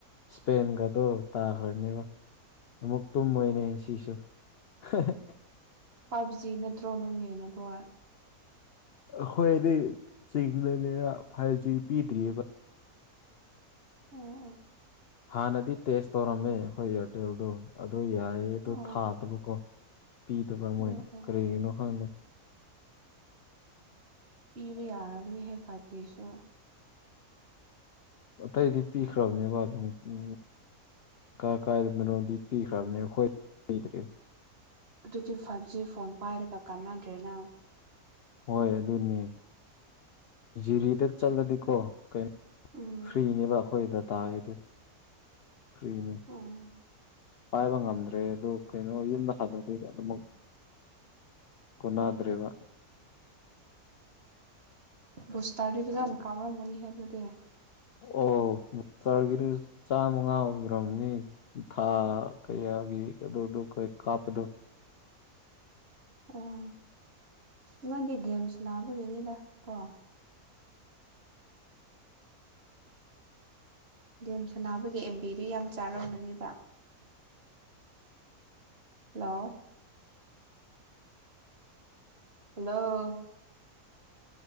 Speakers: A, on the left; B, on the right.
A: ꯏꯁꯄꯦꯟꯒꯗꯣ ꯇꯥꯈ꯭ꯔꯅꯦꯕ ꯑꯃꯨꯛ ꯇꯨꯝꯃꯣꯏꯅꯦ
B: ꯑꯣ
A: ꯉꯁꯤꯁꯨ ꯍ ꯍ
B: ꯐꯥꯏꯚ ꯖꯤ ꯅꯠꯇ꯭ꯔꯣ ꯅꯪꯡꯒꯤ ꯅꯦꯠꯋꯥꯔ꯭ꯛ
A: ꯑꯩꯈꯣꯏꯗꯤ ꯆꯤꯡꯗꯅꯤꯅ ꯐꯥꯏꯚ ꯖꯤ ꯄꯤꯗ꯭ꯔꯤꯑꯦꯕ
B: ꯎꯝ ꯎꯝ
A: ꯍꯥꯟꯅꯗꯤ ꯇꯦꯁ ꯇꯧꯔꯝꯃꯦ ꯑꯩꯈꯣꯏ ꯏꯌꯥꯔꯇꯦꯜꯗꯣ ꯑꯗꯨ ꯌꯥꯏꯌꯦ ꯑꯗꯨ
B: ꯑꯣ
A: ꯊꯥꯗꯕꯀꯣ ꯄꯤꯗꯕ ꯃꯣꯏꯅ
B: ꯑꯣ ꯑꯣ
A: ꯀꯔꯤꯒꯤꯅꯣ ꯈꯪꯗꯦ
B: ꯄꯤꯕ ꯌꯥꯔꯕꯅꯤ ꯍꯦ ꯐꯥꯏꯚ ꯖꯤꯁꯣ
A: ꯑꯇꯩꯗꯤ ꯄꯤꯈ꯭ꯔꯕꯅꯦꯕ ꯑꯗꯨꯝ ꯎ ꯀ ꯀꯥꯏꯗ ꯃꯔꯣꯝꯗꯤ ꯄꯤꯈ꯭ꯔꯕꯅꯦ ꯑꯩꯈꯣꯏ ꯄꯤꯗ꯭ꯔꯤ
B: ꯑꯗꯨꯗꯤ ꯐꯥꯏꯚ ꯖꯤ ꯐꯣꯟ ꯄꯥꯏꯔꯒ ꯀꯥꯟꯅꯗ꯭ꯔꯦ ꯅꯪ
A: ꯍꯣꯏ ꯑꯗꯨꯅꯤ ꯖꯤꯔꯤꯗ ꯆꯠꯂꯗꯤꯀꯣ ꯀꯩꯅꯣ
B: ꯎꯝ
A: ꯐ꯭ꯔꯤꯅꯦꯕ ꯑꯩꯈꯣꯏꯗ ꯇꯥꯔꯤꯗꯨ ꯊ꯭ꯔꯤꯃꯤ
B: ꯎꯝ
A: ꯄꯥꯏꯕ ꯉꯝꯗ꯭ꯔꯦ ꯑꯗꯨ ꯀꯩꯅꯣ ꯌꯨꯝꯗ ꯍꯜꯂꯗꯤ ꯑꯗꯨꯃꯛ ꯀꯣꯅꯥꯗ꯭ꯔꯦꯕ
B: ꯑ ꯕꯨꯁꯇꯔꯗꯤ ꯗꯨꯗ ꯀꯥꯄ ꯃꯔꯃꯅꯤ ꯍꯦ ꯑꯗꯨꯗꯤ
A: ꯑꯣ ꯆꯔꯕꯤꯗꯨ ꯆꯥꯃꯉꯥ ꯑꯣꯏꯗ꯭ꯔꯕꯅꯤ ꯊꯥ ꯀꯌꯥ ꯒꯤ ꯑꯗꯣꯗꯣ ꯀꯣꯏ ꯀꯥꯞꯄꯗꯣ
B: ꯑꯣ ꯅꯣꯏꯗꯤ ꯒꯦꯝ ꯁꯥꯅꯕꯒꯤꯅꯤꯗ ꯀꯣ ꯒꯦꯝ ꯁꯅꯥꯕꯒꯤ ꯑꯦꯝꯕꯤꯗꯨ ꯌꯥꯝ ꯆꯥꯔꯝꯒꯅꯦꯕ ꯍꯂꯣ ꯍꯜꯂꯣ